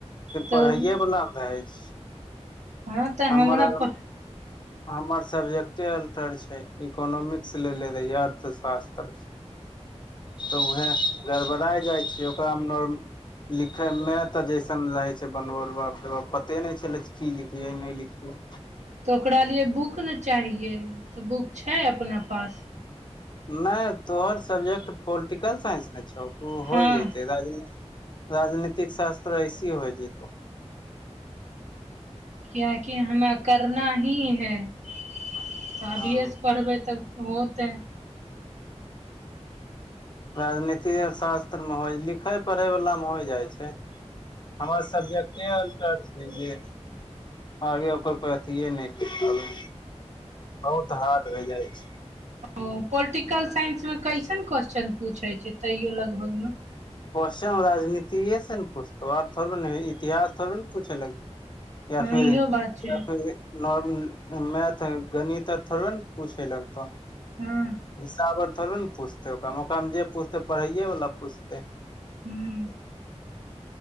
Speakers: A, on the right; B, on the left.
A: तऽ
B: पढ़ाइए वाला मे रहै छै
A: हँ तऽ
B: हमर
A: हमरा
B: आर
A: पता
B: हमर सब्जेक्टे अल्टर छैय इकोनोॉमिक्स लेेने रहियै। <unintelligible> तऽ उहे गड़बड़ा जाइ छैय ओकरामे लिखैमे तऽ जैसन रहै छैय बनबै उ पते नहि छलै की लिखियै नहि लिखियै।
A: तऽ ओकरा लिए बुक ने चाहियए तऽ बुक छैय अपना पास?
B: नहि तोहर सब्जेक्ट पोलिटिकल साइंस न छौ त ऊ
A: हँ
B: हो जतै राज राजनीतिक शास्त्र ऐसेही हो जतौ।
A: कियाकि हमरा करना ही है त अभिये
B: हँ
A: से पढ़बै तब होतै।
B: राजनीति आर शास्त्र में हो लिखे पढ़े वाला में हो जाइ छैय। हमर सबके अल्टर छैय जे आगे ओकर पर अथिए नहि कर पाबै बहुत हार्ड भए जाइ छैय।
A: ओ पोलिटिकल साइंसमे कैसन क्वस्चन पूछैत छैय तैयो लगभगमे।
B: क्वेश्चन राजनीतिए से ने पुछतौ आर थोड़े इतिहास थोड़बे ने पूछै लगत या
A: हँ
B: फिर
A: इहो
B: या
A: बात छै
B: फिर मैथ गणित आर थोड़बे ने पूछेलक। त
A: हँ
B: हिसाब आर थोड़े ने पुछतै ओकरामे ओकरामे जे पुछतै पढ़ैए वाला पुछतै।
A: हूँ